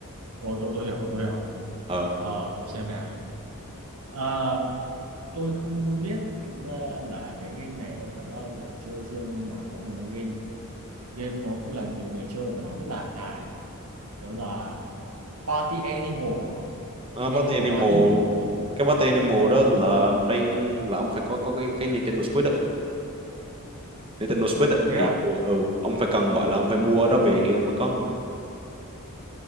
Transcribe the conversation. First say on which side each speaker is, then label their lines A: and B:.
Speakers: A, on the right; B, on the right.
A: ồ tôi tôi hiểu rồi tôi hiểu rồi
B: ờ
A: ờ để xem nào nhỉ Ờ, tôi không có biết chúng ta là cái game này ông đã bao giờ chơi chưa nhưng mà có một cái game game nó cũng là nhiều người chơi và nó rất là hài đó là Party Animal đúng không?
B: Ờ,
A: cái Animal
B: Party Animal
A: Party ấy tôi
B: cái Party Animal đó là trên là ông phải có có cái cái Nintendo Switch á Nintendo Switch á
A: thế
B: thì
A: à
B: ừ ông phải cần gọi là ông phải mua đó về mới có